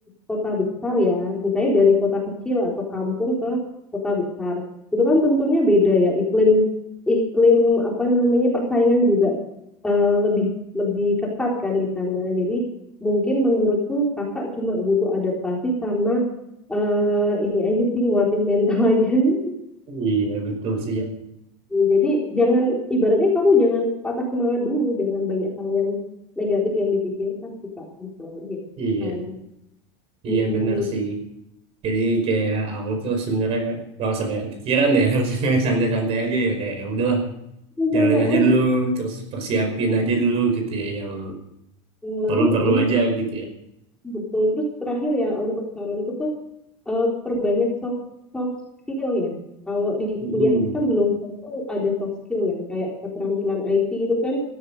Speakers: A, in the centre; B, on the right (about 40°).
A: kota besar ya, misalnya dari kota kecil atau kampung ke kota besar. Itu kan tentunya beda ya iklim iklim apa namanya persaingan juga eh, lebih lebih ketat kan di sana. Jadi mungkin menurutku Kakak cuma butuh adaptasi sama eh, ini aja sih nguatin mental <laughs> aja gitu.
B: Iya betul sih ya.
A: Ya, jadi jangan ibaratnya kamu jangan patah semangat dulu, jangan banyak hal yang negatif yang dipikirkan sih Kak. gitu aja.
B: Iya,
A: Saran.
B: iya
A: Mm-mm.
B: benar sih. Jadi kayak aku tuh sebenarnya nggak usah banyak pikiran ya, <laughs> harusnya santai-santai aja ya kayak ya udahlah
A: Ya,
B: jalanin
A: Santai
B: aja
A: aja.
B: dulu, terus persiapin aja dulu gitu ya yang
A: Lalu
B: perlu-perlu
A: ini
B: aja gitu ya.
A: betul terus terakhir ya untuk saranku tuh eh, perbanyak soft soft skill ya. Kalau di
B: Mm-mm.
A: kuliah kan belum tentu ada soft skill yang kayak keterampilan IT itu kan